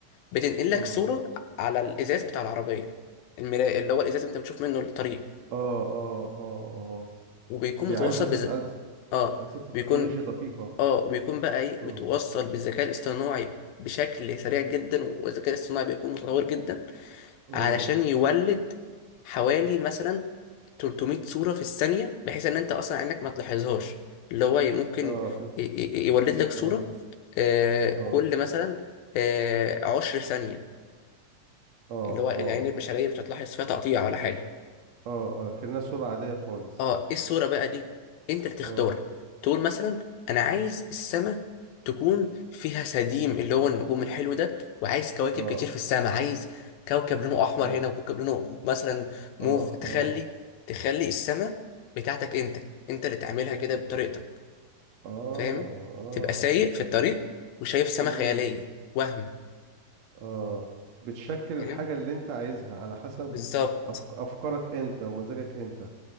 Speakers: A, on the left; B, on the right.
A: بتنقل لك
B: امم
A: صوره على الازاز بتاع العربيه المراية اللي هو الازاز اللي انت بتشوف منه الطريق
B: اه اه اه اه
A: وبيكون
B: دي
A: متوصل
B: عايزه ت-
A: بز...
B: عايزه
A: اه
B: عايزه تكنولوجيا
A: بيكون
B: دقيقه
A: اه بيكون بقى ايه
B: امم
A: متوصل بالذكاء الاصطناعي بشكل سريع جدا والذكاء الاصطناعي بيكون متطور جدا
B: امم
A: علشان يولد حوالي مثلا 300 صورة في الثانية بحيث ان انت اصلا عينك ما تلاحظهاش اللي هو ممكن
B: اه إن-
A: ي- ي- يولد لك صورة
B: اه
A: آه،
B: اه
A: كل مثلا آه، عشر ثانية
B: اه
A: اللي هو العين
B: اه
A: البشرية مش هتلاحظ فيها تقطيع ولا حاجة
B: مش اه اه كأنها صورة عادية خالص
A: اه ايه الصورة بقى دي انت اللي تختار
B: اه
A: تقول مثلا انا عايز السماء تكون فيها سديم اللي هو النجوم الحلو ده وعايز كواكب
B: اه
A: كتير في السماء عايز كوكب لونه احمر
B: اه
A: هنا وكوكب لونه مثلا موف
B: اه
A: تخلي
B: اه
A: تخلي السماء بتاعتك انت انت اللي تعملها كده بطريقتك
B: اه
A: فاهم
B: اه
A: تبقى سايق في الطريق وشايف سماء
B: امم
A: خيالية وهم
B: اه بتشكل الحاجة
A: فاهم
B: اللي انت عايزها على حسب
A: بالظبط
B: أفك... افكارك انت ومزاجك انت